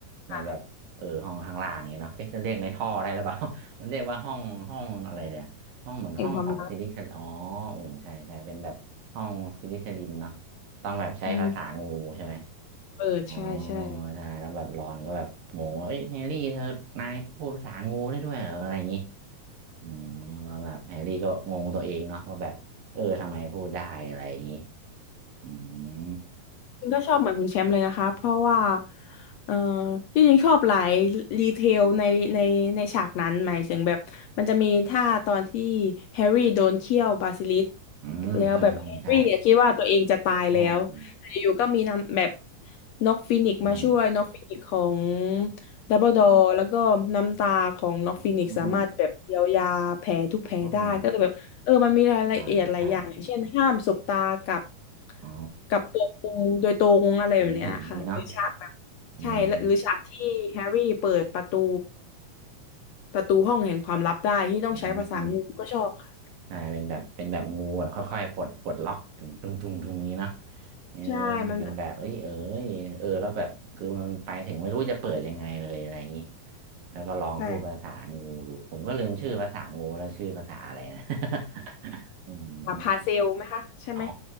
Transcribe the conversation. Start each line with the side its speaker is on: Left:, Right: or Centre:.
Right: ในแบบเออห้องข้างล่างเนี้ยเนาะเอ๊ะจะเรียกในท่อได้หรือเปล่า
Left: ค่ะ
Right: <laughs> มันเรียกว่าห้องห้องอะไรเนี่ยห้องเหมือนห้องของซิลิคอนอ๋อ
Left: แห่งความรัก
Right: โอ้ใช่ใช่เป็นแบบห้องซิลิคลินเนาะต้องแบบใช้ภาษางูใช่ไหม
Left: อืมเปิดใช่ใช่
Right: อ๋อใช่แล้วแบบรอนก็แบบงงว่าเอ้ยแฮร์รี่เธอนายพูดภาษางูได้ด้วยเหรออะไรอย่างงี้อืมว่าแบบแฮร์รี่ก็งงตัวเองเนาะว่าแบบเออทำไมพูดได้อะไรอย่างงี้อืม
Left: จริงก็ชอบเหมือนคุณแชมป์เลยนะคะเพราะว่าเออที่จริงชอบหลายรีเทลในในในฉากนั้นหมายถึงแบบมันจะมีท่าตอนที่แฮร์รี่โดนเคี่ยวบาซิลิสก์
Right: อืมใช่ใช่
Left: แล้วแบบแฮร์รี่อะคิดว่าตัวเองจะตายแล้วแต่อยู่ก็มีนำแบบ
Right: อ๋ออืม
Left: น็อกฟินิกซ์มาช่วยน็อกฟินิกซ์ของ
Right: อืม
Left: ดัมเบิลดอร์แล้วก็น้ำตาของน็อกฟินิกซ์สามารถแบบเยียวยาแผลทุกแผลได้ก็เลยแบบ
Right: อืมอ๋อ
Left: เออมันมีรายละเอียดหลายอย่างอย่าง
Right: อช่าใช่
Left: เช่นห้ามสบตากับ
Right: อ๋อ
Left: กับตัวกูโดยตรงอะไรแบบเนี้ยค่ะหรือฉากแบบ
Right: เป็นหินนี้เนาะอืม
Left: ใช่แล้วหรือฉากที่แฮร์รี่เปิดประตูประตูห้องแห่งความลับได้ที่ต้องใช้ภาษางูก็ชอบค่ะ
Right: อืม ใช่เป็นแบบเป็นแบบงูแบบค่อยๆปลดปลดล็อกถึงจุงจุงจุงนี้เนาะเออ
Left: ใช่ มันแบบ
Right: เป็นแบบเอ้ยเอ้ยเออแล้วแบบคือมันไปถึงไม่รู้จะเปิดยังไงเลยอะไรอย่างนี้แล้วก็ลองพูดภาษางูดูผมก็ลืมชื่อภาษางูแล้วชื่อภาษาอะไรนะ
Left: ใช่
Right: <laughs> อืม
Left: ค่ะพาเซลไหมคะใช่ไหม
Right: อ๋อ